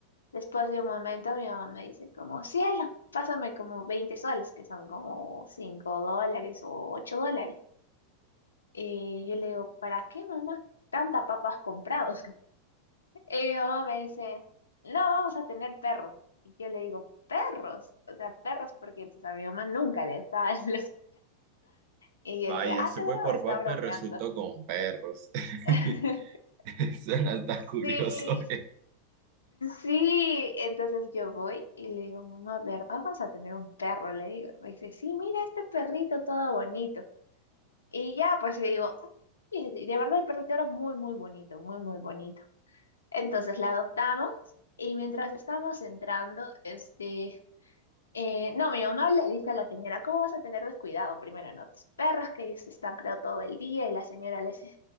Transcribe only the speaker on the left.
después de un momento mi mamá me dice como, cielo, pásame como 20 soles, que son como 5 dólares o 8 dólares. Y yo le digo, ¿para qué mamá? Tanta papas comprado. Y mi mamá me dice, no, vamos a tener perros. Y yo le digo, perros, o sea, perros porque pues, a mi mamá nunca le gustaban <laughs> los... Y yo
dije, ah,
seguro
me está
bromeando.
<laughs>
Sí,
sí. Entonces yo voy y le digo, mamá, a ver Vamos a tener un perro, le digo. Me dice, sí, mira este perrito todo bonito. Y ya, pues y digo, "Ay, y de verdad el perrito era muy, muy bonito, muy, muy bonito. Entonces la adoptamos y mientras estábamos entrando, este, Eh, no, mi mamá le dice a la señora, ¿cómo vas a tener descuidado? Primero, no, tus perros que ellos están creo todo el día y la señora le dice,